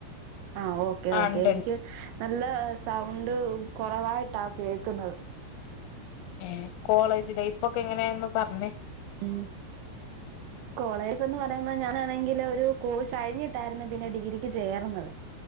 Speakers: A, on the right; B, on the left.
A: ആഹ ഓക്കേ
B: ആ
A: ഓക്കേ
B: ഉണ്ട്ണ്ട്
A: എനിക്ക്- നല്ല സൗണ്ട് കുറവായിട്ടാ കേൾക്കുന്നത്
B: ഏ കോളേജ് ലൈഫെക്കെ എങ്ങനെയാന്ന് പറഞ്ഞേ
A: ഉ കോളേജന്ന് പറയുമ്പോ ഞാനാണെങ്കിൽ ഒരു കോഴ്സ് കഴിഞ്ഞിട്ടായിരുന്നു പിന്നെ ഡിഗ്രിക്ക് ചേർന്നത്